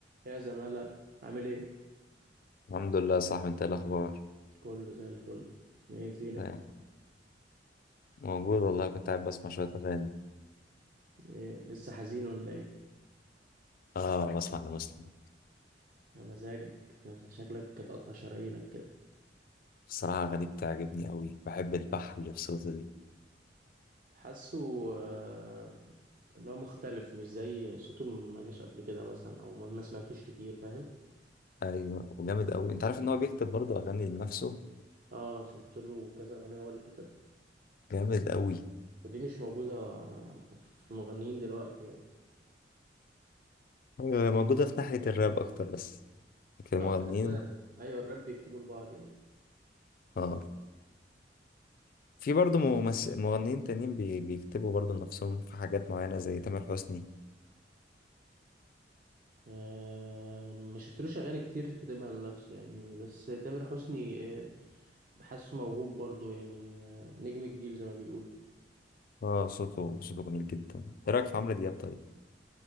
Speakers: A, on the right (about 50°); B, on the left (about 50°).
A: يا زمالة عامل ايه؟
B: الحمد لله يا صاحبي انت ايه الاخبار
A: كله زي الفل ايه فينك؟
B: تمام. موجود والله كنت قاعد بسمع شويه اغاني
A: ايه لسه حزين ولا ايه؟
B: اه بسمع لمسلم
A: يا مزاجك ده انت شكلك هتقطع شرايينك كده
B: الصراحه اغانيه بتعجبني قوي بحب البحر اللي في صوته دي
A: حاسه آه، اللي هو مختلف مش زي صوته ما جاش قبل كده مثلا او ما ما سمعتوش كتير فاهم؟
B: ايوه وجامد قوي انت عارف ان هو بيكتب برضه اغاني لنفسه
A: اه شفت له كذا اغنية هو اللي كتبها
B: جامد قوي
A: ودي مش موجودة في مغنيين دلوقتي يعني
B: ايوه هي موجوده في ناحيه الراب اكتر بس لكن
A: لا
B: المغنيين
A: بعد كده ايوه الراب بيكتبوا لبعض يعني
B: اه في برضه ممس... مغنيين تانيين بي... بيكتبوا برضه لنفسهم في حاجات معينه زي تامر حسني
A: آه، ما شفتلوش اغاني كتير كاتبها لنفسه يعني بس تامر حسني آه، بحسه موهوب برضو يعني آه، نجم الجيل زي ما بيقولوا
B: اه صوته صوته جميل جدا ايه رايك في عمرو دياب طيب